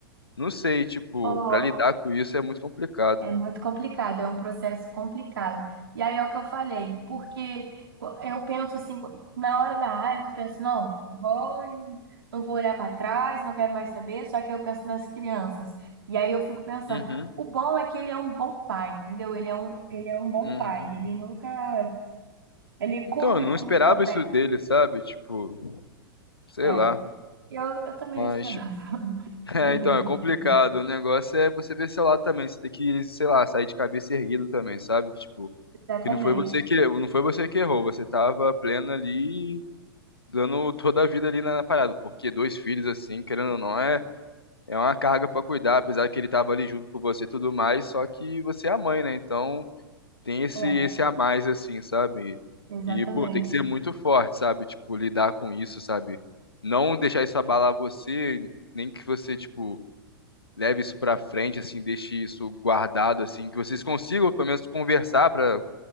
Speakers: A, on the left; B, on the right.
A: não sei, tipo,
B: ó,
A: pra lidar com isso é muito complicado.
B: É muito complicado, é um processo complicado. E aí é o que eu falei, porque co- eu penso assim, na hora da raiva, eu penso, não, vou, e não vou olhar para trás, não quero mais saber, só que eu penso nas crianças. E aí eu fico pensando,
A: Uhum,
B: o bom é que ele é um bom pai, entendeu? Ele é um, ele é um bom
A: uhum.
B: pai, ele nunca, ele cumpre
A: Então, eu não
B: com
A: esperava
B: os papéis.
A: isso dele, sabe? Tipo, sei
B: É,
A: lá.
B: eu, eu também
A: Mas,
B: não esperava,
A: tipo, <laughs>
B: sendo
A: é, então,
B: bem sincera.
A: é complicado. O negócio é você ver seu lado também. Você tem que, sei lá, sair de cabeça erguida também, sabe? Tipo,
B: Exatamente,
A: que não foi você que, não foi você que errou, você tava pleno ali, dando toda a vida ali na na parada. Porque dois filhos, assim, querendo ou não, é. É uma carga pra cuidar, apesar que ele tava ali junto com você e tudo mais, só que você é a mãe, né? Então tem esse
B: é,
A: esse a mais assim, sabe?
B: exatamente.
A: E pô, tem que ser muito forte, sabe? Tipo, lidar com isso, sabe? Não deixar isso abalar você, nem que você tipo leve isso pra frente assim, deixe isso guardado assim, que vocês consigam pelo menos conversar pra